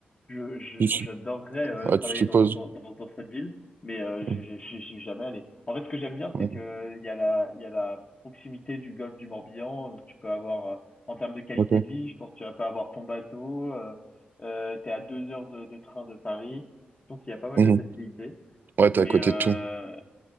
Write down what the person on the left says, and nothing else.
je, je-
j'adorerais euh,
travailler
dans, dans, dans, dans cette ville, mais euh,
je j'ai- j'y suis jamais allé. En fait, ce que j'aime bien,
c'est que il y a la, il y a la proximité du golfe du Morbihan, donc tu peux avoir, euh, en termes de qualité
de vie, je pense que tu vas pas avoir ton bateau, euh, euh, t'es à deux heures de, de train de Paris, donc il y a pas mal
de facilités.
Mais,
euh,